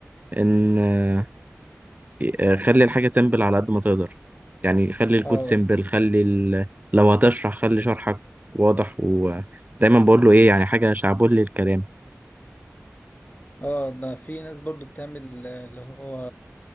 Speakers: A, on the right (about 35°); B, on the left (about 35°).
A: ان آه، آه، خلي الحاجه سيمبل على قد ما تقدر يعني خلي الكود
B: اه
A: سيمبل خلي ال... لو هتشرح خلي شرحك واضح ودايما بقول له ايه يعني حاجه شعبولي الكلام
B: اه ده في ناس برضو بتعمل آه، اللي هو